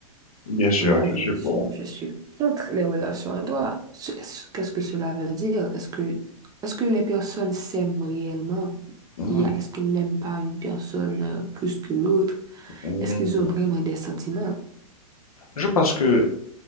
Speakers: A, on the left; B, on the right.
A: bien sûr,
B: Moi,
A: je
B: je
A: sais
B: suis,
A: pas.
B: je suis contre les relations à droit. Ce- ce- Qu'est-ce que cela veut dire? Est-ce que, est-ce que les personnes s'aiment réellement?
A: Hmm,
B: Il y a, est-ce qu'ils n'aiment pas une personne euh, plus que l'autre?
A: hmm.
B: Est-ce qu'ils ont vraiment des sentiments?
A: Je pense que